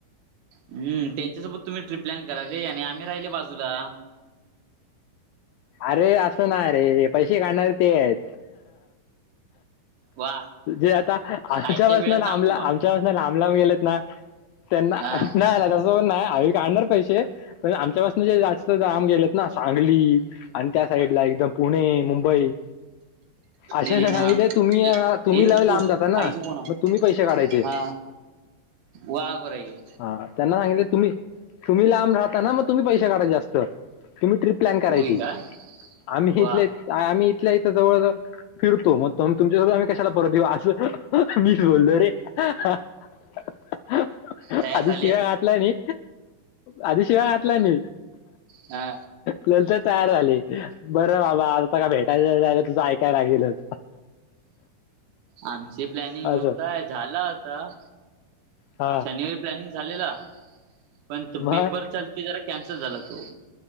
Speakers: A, on the right; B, on the left.
A: हम्म त्यांच्यासोबत तुम्ही ट्रिप प्लॅन करा रे आणि आम्ही राहिले बाजूला.
B: अरे असं नाय रे पैसे घालणारे ते आहेत.
A: वा
B: जे आता आमच्या
A: आयत्या
B: पाासनं
A: वेळात
B: लांबला
A: नागोबा
B: आमच्या पासनं लांब लांब गेलेत ना त्यांना
A: हा
B: नाही नाही तसं पण नाही आम्ही काढणार पैसे, पण आमच्या पाासन जे जास्त लांब गेलेत ना सांगली आणि त्या साईडला एकदम पुणे, मुंबई अशांना
A: ए
B: सांगितलंय
A: हा
B: तुम्ही अ
A: ए
B: तुम्ही
A: ए
B: लय लांब
A: तू
B: जाता ना,
A: आईच फोन आहे.
B: मग तुम्ही पैसे काढायचे.
A: हा वा बर आहे.
B: हा त्यांना सांगितलंय तुम्ही तुम्ही लांब राहता ना, मग तुम्ही पैशे काढा जास्त. तुम्ही ट्रिप प्लॅन करायची.
A: होय काय
B: आम्ही
A: वा
B: इथल्या आम्ही इथल्या इथं जवळ जवळ फिरतो, मग तुम्ही तुमच्यासोबत आम्ही कशाला परत येऊ असं मीच बोललो रे. आधी
A: तयार झाले
B: शिव्या घातल्या मी. आधी शिव्या घातल्या मी
A: हा
B: नंतर तयार झाले. बरं बाबा आता काय भेटायला जायचं तर तुझं ऐकाय लागेलच.
A: आमची प्लॅनिंग
B: असं
A: होतं झालं होतं
B: हा
A: शनिवारी प्लॅनिंग झालेला, पण तो
B: मग
A: पेपरचा ते जरा कॅन्सल झाला तो.